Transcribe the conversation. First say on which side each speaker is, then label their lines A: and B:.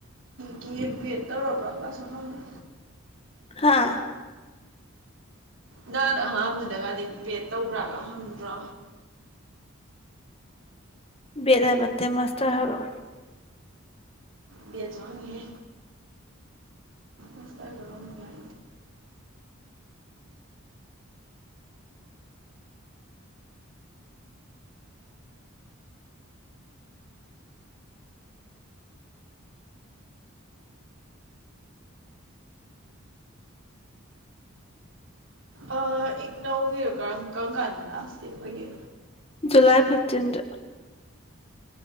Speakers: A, on the right; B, on the left.
A: ꯄꯤꯒꯦ ꯄꯦꯗ ꯇꯧꯔꯕ꯭ꯔꯥꯒꯁꯨ ꯍꯪꯉꯤ
B: ꯍꯥꯥ
A: ꯅꯍꯥꯟꯅ ꯑꯍꯥꯟꯕꯗꯒꯗꯤ ꯄꯦꯠ ꯇꯧꯕ꯭ꯔꯥꯒ ꯍꯪꯕ꯭ꯔꯣ
B: ꯕꯦꯗꯥꯕꯟꯇꯦ ꯃꯁꯇꯔ ꯍꯥꯏꯕ
A: ꯗꯤ ꯆꯥꯡꯦ ꯃꯁ ꯔꯏ ꯑ ꯏꯛꯅꯧꯒꯤꯗꯣ ꯀꯔꯝ ꯀꯔꯝ ꯀꯥꯟꯗ ꯂꯥꯛꯁꯇꯦ ꯑꯩꯈꯣꯏꯒꯤ
B: ꯖꯨꯂꯥꯏ ꯐꯤꯞꯇꯤꯟꯠ